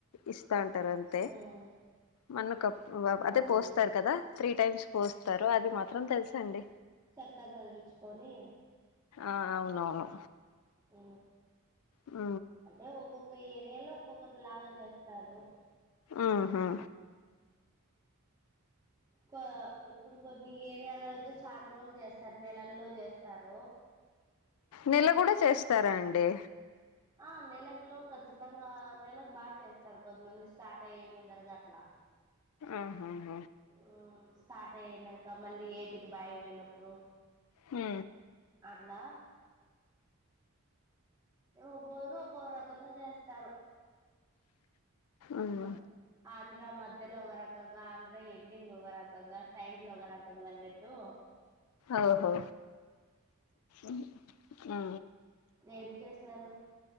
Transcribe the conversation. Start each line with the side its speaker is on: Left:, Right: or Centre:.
Left: ఇస్తా అంటరు అంతే
Right: మ్మ్
Left: మన్ను కప్ అదే
Right: అవునండి
Left: పోస్తారు కదా త్రీ టైమ్స్ పోస్తారు అది మాత్రం తెలుసండి
Right: చెక్కర చదివిచుకొనీ
Left: ఆ అవునవును
Right: ఊ
Left: ఊ
Right: ఏ ఒక్కొక్క ఏరియాలో ఒక్కొక్కటి లాగా జేస్తారు
Left: ఆహా
Right: కో ఇప్పుడు కొన్ని ఏరియాలో అయితే చాన్ రోజులు జేస్తారు నెలల్లో జేస్తారు
Left: నెల గూడ చేస్తారా అండి
Right: ఆ నెలక్లో ఖచ్చితంగా నెలకు బాగ్ చేస్తారు కొద్దిమంది స్టార్ట్ అయ్యే ముందర గట్లా
Left: అహాహ
Right: ఉ స్టార్ట్ అయ్యినంక మళ్ళీ ఏటుకి బాయి పోయినప్పుడు.
Left: హు
Right: అట్లా ఒకొరు ఒకో రకంగా జేస్తారు
Left: ఉమ్
Right: ఉహ ఆంధ్ర మధ్యలో ఒగ రకంగా ఆంధ్ర ఎండింగ్ ఒగ రకంగా సైడ్లో ఒగ రకంగా అన్నట్టు.
Left: ఔహో ఉ ఉ
Right: ఏం చేసినారు